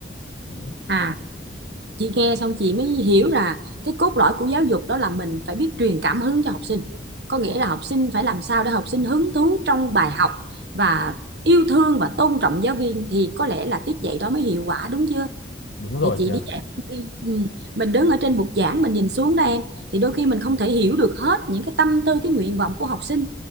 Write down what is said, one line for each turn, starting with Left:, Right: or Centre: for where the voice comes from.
Left: đúng,
Right: à chị nghe xong chị mới hiểu là cái cốt lõi của giáo dục đó là mình phải biết truyền cảm hứng cho học sinh có nghĩa là học sinh phải làm sao để học sinh hứng thú trong bài học và yêu thương và tôn trọng giáo viên thì có lẽ là tiết dạy đó mới hiệu quả đúng chưa
Left: đúng rồi
Right: thì chị
Left: chị
Right: đi
Left: ạ
Right: dạy đi. ừ. mình đứng ở trên bục giảng mình nhìn xuống đó em thì đôi khi mình không thể hiểu được hết những cái tâm tư cái nguyện vọng của học sinh